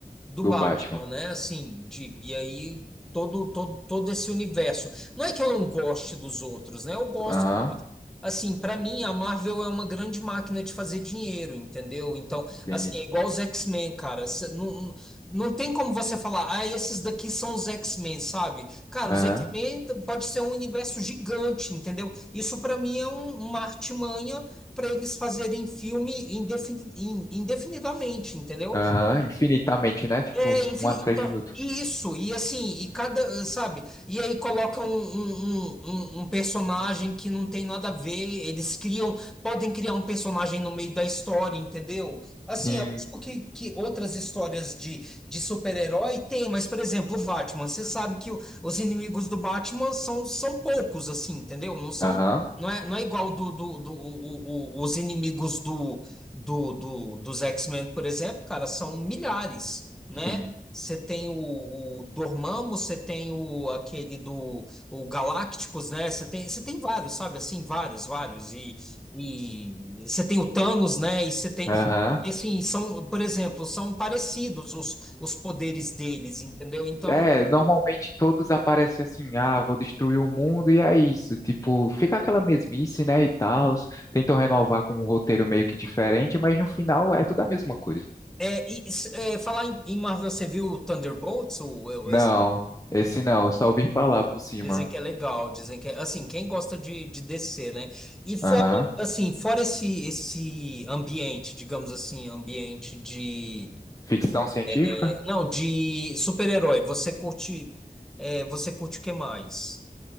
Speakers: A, in the centre; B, on the left.
A: do
B: do
A: Batman,
B: Batman.
A: né? Assim, de, e aí todo, todo, todo esse universo. Não é que eu não goste dos outros, né? Eu gosto
B: Aham,
A: Assim, pra mim, a Marvel é uma grande máquina de fazer dinheiro, entendeu? Então,
B: entendi.
A: assim, é igual os X-Men, cara. Cê- Não, não tem como você falar, ah, esses daqui são os X-Men, sabe? Cara,
B: Aham,
A: os X-Men t- pode ser um universo gigante, entendeu? Isso pra mim é um, uma artimanha pra eles fazerem filme indefini- in- indefinidamente, entendeu?
B: aham, infinitamente, né? Tipo,
A: É, enfim,
B: um atrás
A: então,
B: do outro.
A: isso, e assim, e cada, sabe, e aí coloca um, um, um, um- um personagem que não tem nada a ver, eles criam, podem criar um personagem no meio da história, entendeu? Assim,
B: Sim,
A: é lógico que, que outras histórias de, de super-herói tem, mas, por exemplo, o Batman, você sabe que o- os inimigos do Batman são, são poucos, assim, entendeu? Não são,
B: aham,
A: não é, não é igual do, do, do, o- o- os inimigos do, do, do, dos X-Men, por exemplo, cara, são milhares né?
B: sim.
A: Você tem o, o Dormammu, você tem o aquele do o Galácticos, né? Você tem, você tem vários, sabe? Assim, vários, vários. E, e você tem o Thanos, né? E você tem
B: Aham.
A: assim, são, por exemplo, são parecidos os, os poderes deles, entendeu? Então,
B: É, normalmente todos aparecem assim, ah, vou destruir o mundo e é isso. Tipo, fica aquela mesmice, né, e tal. Tentam renovar com um roteiro meio que diferente, mas no final é tudo a mesma coisa.
A: é, e, s- é, falar em, em Marvel, você viu o Thunderbolts, o, o-
B: Não,
A: esse
B: esse não, eu só ouvi falar por cima.
A: Dizem que é legal, dizem que é, assim, quem gosta de, de descer, né? E fora,
B: Aham.
A: assim, fora esse, esse ambiente, digamos assim, ambiente de,
B: Ficção científica?
A: eh, não, de super-herói, você curte, eh, você curte o que mais?